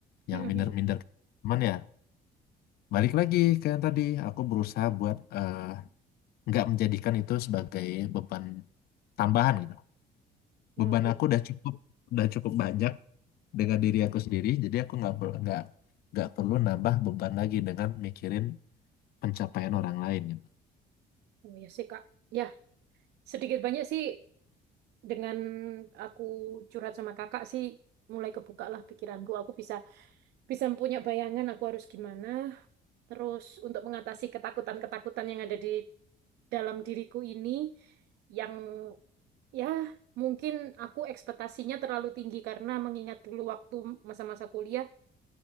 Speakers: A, on the right (about 75°); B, on the left (about 65°).
A: hmm,
B: yang
A: hmm.
B: minder-minder cuman ya balik lagi ke yang tadi aku berusaha buat eh, nggak menjadikan itu sebagai beban tambahan gitu. Beban
A: oh, iya
B: aku udah cukup udah cukup banyak dengan diri aku sendiri, jadi aku nggak perlu nggak nggak perlu nambah beban lagi dengan mikirin pencapaian orang lain gitu.
A: oh, iya sih kak, ya sedikit banyak sih dengan aku curhat sama kakak sih mulai kebuka lah pikiranku. Aku bisa bisa punya bayangan aku harus gimana. Terus untuk mengatasi ketakutan-ketakutan yang ada di dalam diriku ini yang ya mungkin aku ekspektasinya terlalu tinggi karena mengingat dulu waktu masa-masa kuliah